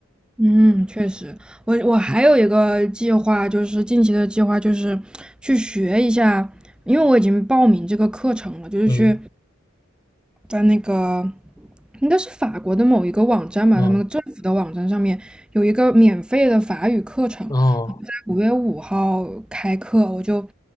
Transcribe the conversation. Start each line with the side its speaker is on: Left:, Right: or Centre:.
Centre: 嗯，确实，我我还有一个计划，就是近期的计划，就是去学一下，因为我已经报名这个课程了，就是去
Left: 嗯
Centre: 在那个应该是法国的某一个网站吧，
Left: 嗯，
Centre: 他们政府的网站上面有一个免费的法语课程，
Left: 哦，
Centre: 然后在五月五号开课，我就